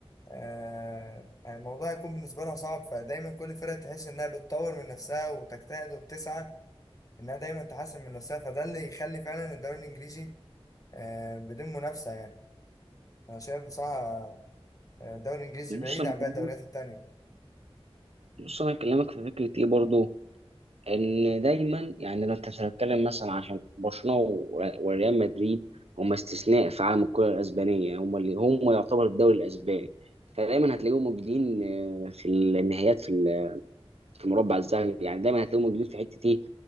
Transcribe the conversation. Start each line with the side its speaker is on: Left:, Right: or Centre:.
Left: آه، يعني الموضوع هيكون بالنسبة لها صعب فدايما كل فرقة تحس إنها بتطور من نفسها وتجتهد وبتسعى إنها دايما تحسن من نفسها فده اللي يخلي فعلا الدوري الإنجليزي آه، بدون منافسة يعني أنا شايف بصراحة آه، الدوري الإنجليزي بعيد
Right: بص انا
Left: عن باقي
Right: بكلمك-
Left: الدوريات التانية
Right: بص انا اكلمك في فكره ايه برضو ان دايما يعني لو انت هتتكلم مثلا عشان برشلونه و- وريال مدريد هم استثناء في عالم الكره الاسبانيه هم اللي هم يعتبر الدوري الاسباني فدايما هتلاقيهم موجودين آه، في النهائيات في في المربع الذهبي يعني دايما هتلاقيهم موجودين في حته ايه